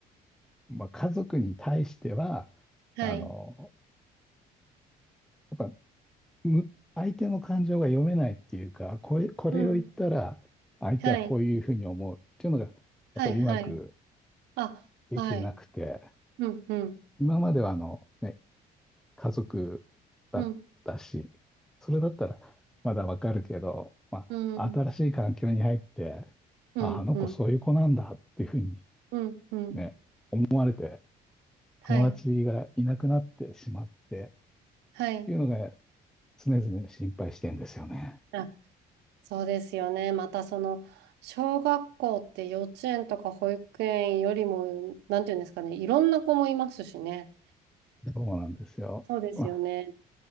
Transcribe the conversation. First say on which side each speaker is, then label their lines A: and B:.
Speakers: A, in the centre; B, on the right (about 85°).
A: う、まあ家族に対しては、
B: はい。
A: あの、やっぱ、む、相手の感情が読めないっていうか、これ、これを言ったら、
B: うん。
A: 相手はこういうふうに思うっていうのが、
B: はい。はいはい。
A: やっぱりうまく
B: あ、
A: できてなくて、
B: はい。うんうん
A: 今まではあの、ね、家族だったし、
B: うん。
A: それだったらまだわかるけど、まあ、
B: うん。
A: 新しい環境に入って、
B: うんうん
A: あ、あの子そういう子なんだっていうふうに
B: うんうん。
A: ね、思われて、
B: はい。
A: 友達がいなくなってしまって
B: はい。
A: っていうのが常々心配してんですよね。
B: あ、そうですよね。またその、小学校って幼稚園とか保育園よりも、なんていうんですかね、いろんな子もいますしね。
A: そうなんですよ。
B: そうですよね。
A: まあ、